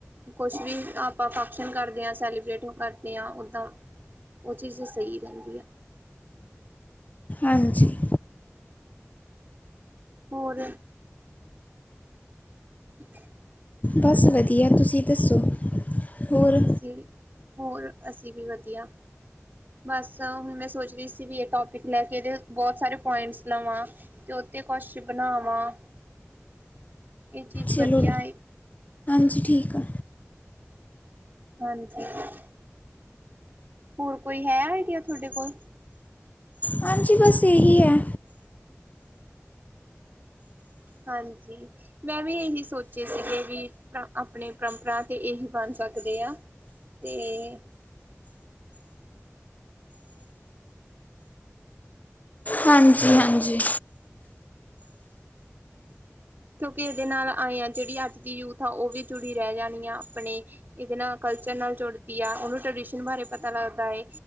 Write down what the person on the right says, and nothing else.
ਕੁਛ ਵੀ ਆਪਾਂ ਫੰਕਸ਼ਨ ਕਰਦੇ ਹਾਂ ਸੈਲੀਬ੍ਰੇਟ ਨੁ ਕਰਦੇ ਹਾਂ ਓਦਾਂ ਉਹ ਚੀਜ਼ ਸਹੀ ਰਹਿੰਦੀ ਆ
ਹੋਰ <inaudible>
ਅਸੀਂ ਹੋਰ ਅਸੀਂ ਵੀ ਵਧੀਆ ਬਸ ਹੁਣੇ ਸੋਚ ਰਹੀ ਸੀ ਵੀ ਇਹ ਟੋਪਿਕ ਲੈ ਕੇ ਇਹਦੇ ਬਹੁਤ ਸਾਰੇ ਪੁਆਟਿਂਸ ਲਵਾਂ ਤੇ ਤੇ ਕੁਛ ਬਣਾਵਾਂ ਐ ਚੀਜ਼ ਵਧੀਆ
ਏ
ਹਾਂਜੀ <inaudible> ਹੋਰ ਕੋਈ ਹੈ ਆਈਡੀਆ ਤੁਹਾਡੇ ਕੋਲ
ਹਾਂਜੀ ਮੈਂ ਵੀ ਇਹੀ ਸੋਚੇ ਸੀਗੇ ਵੀ ਆਪਣੇ ਪਰੰਪਰਾ ਤੇ ਇਹੀ ਬਣ ਸਕਦੇ ਆ ਤੇ
ਕਿਉਂਕਿ ਇਹਦੇ ਨਾਲ ਆਏ ਆ ਜਿਹੜੀ ਅੱਜ ਦੀ ਯੂਥ ਆ ਉਹ ਵੀ ਜੁੜੀ ਰਹਿ ਜਾਣੀ ਆ ਆਪਣੇ ਇਹਦੇ ਨਾਲ ਕਲਚਰ ਨਾਲ ਜੁੜਦੀ ਆ ਉਹਨੂੰ ਟਰਡੀਸ਼ਨ ਬਾਰੇ ਪਤਾ ਲੱਗਦਾ ਏ